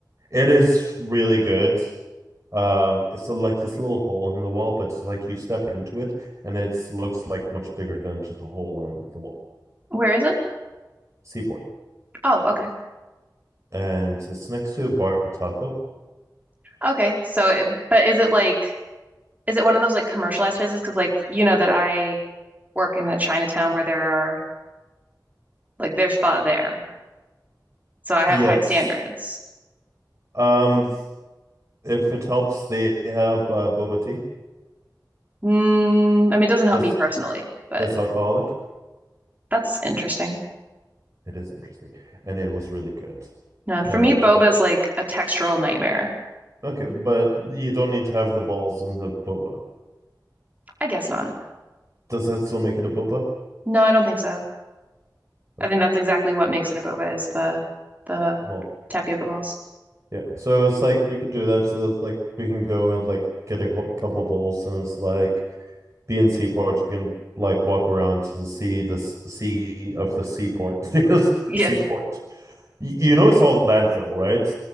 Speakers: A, on the right; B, on the right.
A: It is really good. Um, it's like this little hole in the wall, but it's like you step into it, and it looks like much bigger than just a hole in the wall.
B: Where is it?
A: Seaport,
B: Oh, okay.
A: and it's next to a bar taco.
B: Okay. So, it, but is it like, is it one of those like commercialized places? Because like, you know that I work in a Chinatown where there are like there's pho there. So I have
A: Yes.
B: high standards.
A: Um, if it helps, they have uh, boba tea.
B: Mm, I mean, it doesn't help
A: That's
B: me personally, but
A: that's alcoholic.
B: that's interesting.
A: It is interesting, and it was really good.
B: No, for
A: And
B: me,
A: like
B: boba
A: uh,
B: is like a textural nightmare.
A: Okay, but you don't need to have the balls in the boba.
B: I guess not.
A: Does that still make it a boba?
B: No, I don't think so. I
A: Okay,
B: think that's exactly what makes it a boba is the the
A: well,
B: tapioca balls.
A: yeah. So it's like we could do that. So that's like we can go and like get a couple bowls and it's like be in seaports. We can like walk around to see the sea of the seaport. <laughs> Yes,
B: Yeah.
A: seaport. You know it's all landfill, right?